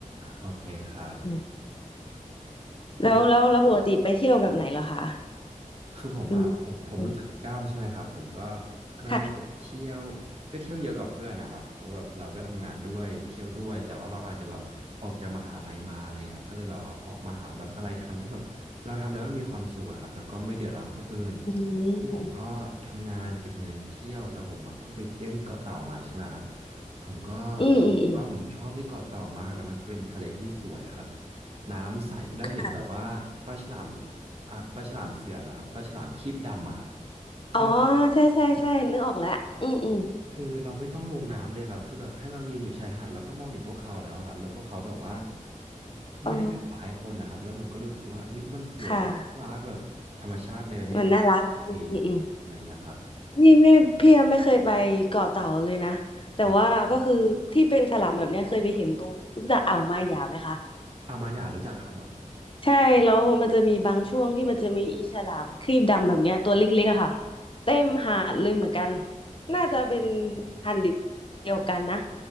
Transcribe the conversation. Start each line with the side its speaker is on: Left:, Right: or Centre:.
Right: โอเคครับ
Left: อืมแล้วแล้วแล้วปกติไปเที่ยวแบบไหนเหรอคะ
Right: แล้ว คือผมอะผมผมเพิ่งจะสิบเก้าใช่ไหมครับผมก็
Left: อืมอืม
Right: ใครจะเที่ยวก็เที่ยวเยอะกว่าเพื่อนนะครับเพราะแบบเราก็ทำงานด้วยเที่ยวด้วยแต่ว่าเราอาจจะแบบออกจากมหาลัยมาอะไรเงี้ยครับก็เลยแบบว่าออกมาหาแบบอะไรทำที่แบบเราทำแล้วมันมีความสุขอะครับแล้วก็ไม่เดือดร้อนคนอื่น
Left: ค่ะอื
Right: ซึ่งผมก็ทำงานเก็บเงินเที่ยวแล้วผมอะเพิ่งไปเที่ยวที่เกาะเต่ามาใช่ไหมครับ
Left: ม
Right: ผมก็
Left: อืมอืมอืม
Right: ว่าผมชอบที่เกาะเต่ามากแล้วมันก็เป็นทะเลที่สวยอะครับน้ำใสแล้วเห็นแบบว่าปลาฉลาม
Left: ค่ะ
Right: อ่ะปลาฉลามเสือเหรอครับปลาฉลามครีบดำอะครับที่มัน
Left: อ๋อใช่ใช่ใช่นึกออกแล้วอืมอืม
Right: คือเราไม่ต้องลงน้ำเลยครับคือแบบแค่เรายืนอยู่ชายหาดเราก็มองเห็นพวกเขาแล้วครับแล้วพวกเขาแบบว่า
Left: อ๋อ
Right: ไม่ได้ทำร้ายคนนะครับแล้วผมก็รู้สึกว่าเอ้ยมันสวยมันน่ารักแบบธรรมชาติในประเทศเรา
Left: ค่ะมันน่ารักอืมอืมอืม
Right: เออยู่อะไรอย่างเงี้ยครับ
Left: นี่ไม่พี่ยังไม่เคยไปเกาะเต่าเลยนะแต่ว่าก็คือที่เป็นฉลามแบบเนี้ยเคยไปเห็นตรงรู้จักอ่าวมาหยาไหมคะ
Right: อืมเอามาหยารู้จักครับผม
Left: ใช่แล้วมันจะมีบางช่วงที่มันจะมีอีฉลามครีบดำแบบเนี้ยตัวเล็กๆอะค่ะเต็มหาดเลยเหมือนกันน่าจะเป็นพันธุ์เดียวกันนะ